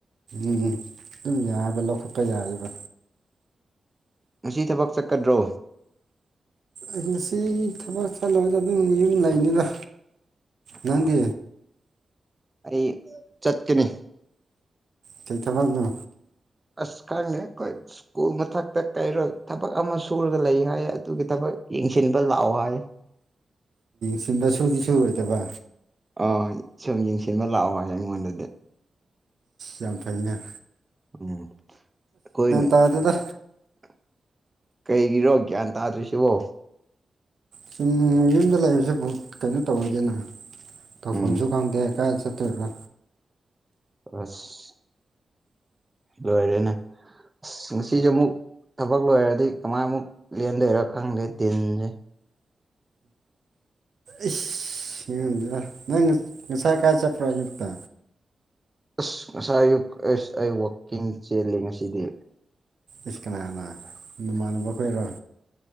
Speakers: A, on the right; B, on the right.
A: ꯎꯝ ꯑꯗꯨꯝ ꯌꯥꯑꯕ ꯂꯧꯈꯠꯄ ꯌꯥꯑꯕ
B: ꯉꯁꯤ ꯊꯕꯛ ꯆꯠꯀꯗ꯭ꯔꯣ
A: ꯑꯩ ꯁꯤ ꯊꯕꯛ ꯆꯠꯂꯨꯔꯗ ꯑꯗꯨꯝ ꯌꯨꯝ ꯂꯩꯅꯤꯗ ꯅꯪꯗꯤ
B: ꯑꯣ ꯑꯩ ꯆꯠꯀꯅꯤ
A: ꯆ ꯊꯕꯛꯅꯣ
B: ꯑꯁ ꯈꯪꯗꯦ ꯀꯣꯏ ꯁ꯭ꯀꯨꯜ ꯃꯊꯛꯇ ꯀꯩꯔꯣ ꯊꯕꯛ ꯑꯃ ꯁꯨꯔꯒ ꯂꯩ ꯍꯥꯏ ꯑꯗꯨꯒꯤ ꯊꯕꯛ ꯌꯦꯡꯁꯤꯟꯕ ꯂꯥꯛꯑꯣ ꯍꯥꯏ
A: ꯁꯤꯟꯕ ꯁꯨꯗꯤ ꯁꯨꯔꯣꯏꯗꯕ
B: ꯑ ꯁꯨꯝ ꯌꯦꯡꯁꯤꯟꯕ ꯂꯥꯛꯑꯣ ꯍꯥꯏ ꯑꯩꯉꯣꯟꯗꯗꯤ
A: ꯌꯥꯝ ꯐꯩꯅꯦ
B: ꯎꯝ <unintelligible>
A: ꯇꯥꯗꯦꯗ
B: ꯀꯩꯒꯤꯔꯣ ꯒ꯭ꯌꯥꯟ ꯇꯥꯗ꯭ꯔꯤꯁꯤꯕꯣ
A: ꯁꯨꯨꯝ ꯌꯨꯝꯗ ꯂꯩꯕꯁꯤꯕꯨ ꯀꯩꯅꯣ ꯇꯧꯋꯤꯗꯅ ꯇꯧꯐꯝꯁꯨ
B: ꯎꯝ
A: ꯈꯪꯗꯦ ꯀꯥꯏꯗ ꯆꯠꯇꯣꯏꯕ
B: ꯑꯁ ꯂꯣꯏꯔꯦꯅ ꯑ ꯉꯁꯤꯁꯦ ꯑꯃꯨꯛ ꯊꯕꯛ ꯂꯣꯏꯔꯗꯤ ꯀꯃꯥꯏ ꯑꯃꯨꯛ ꯂꯦꯟꯗꯣꯏꯔ ꯈꯪꯗꯦ ꯇꯤꯟꯁꯦ
A: ꯏꯗ ꯅꯪ ꯉꯁꯥꯏ ꯀꯥꯏ ꯆꯠꯄ꯭ꯔꯣ ꯑꯌꯨꯛꯇ
B: ꯑꯁ ꯉꯁꯥꯏ ꯑ ꯑꯁ ꯑꯩ ꯋꯥꯛꯀꯤꯡ ꯆꯦꯜꯂꯦ ꯉꯁꯤꯗꯤ
A: ꯏꯁ ꯀꯅꯥꯅ ꯅꯃꯥꯟꯅꯕ ꯈꯣꯏꯔꯣ